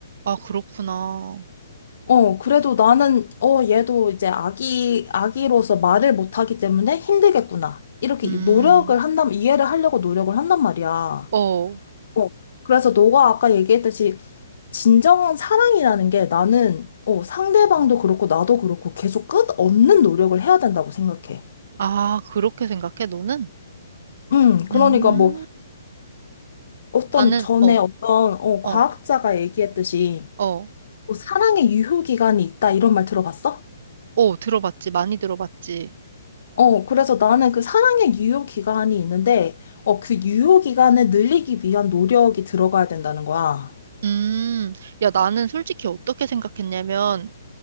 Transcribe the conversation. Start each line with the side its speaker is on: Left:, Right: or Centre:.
Right: 아, 그렇구나.
Left: 어, 그래도 나는, 어, 얘도 이제 아기, 아기로서 말을 못하기 때문에 힘들겠구나. 이렇게
Right: 음,
Left: 노력을 한다면, 이해를 하려고 노력을 한단 말이야.
Right: 어.
Left: 어, 그래서 너가 아까 얘기했듯이 진정한 사랑이라는 게 나는 어, 상대방도 그렇고 나도 그렇고 계속 끝없는 노력을 해야 된다고 생각해.
Right: 아, 그렇게 생각해, 너는?
Left: 음, 그러니까
Right: 음,
Left: 뭐 어떤
Right: 나는,
Left: 전에
Right: 어,
Left: 어떤 어, 과학자가
Right: 어,
Left: 얘기했듯이
Right: 어,
Left: 뭐 사랑의 유효 기간이 있다 이런 말 들어봤어?
Right: 어, 들어봤지. 많이 들어봤지.
Left: 어, 그래서 나는 그 사랑의 유효 기간이 있는데 어, 그 유효 기간을 늘리기 위한 노력이 들어가야 된다는 거야.
Right: 음, 야, 나는 솔직히 어떻게 생각했냐면,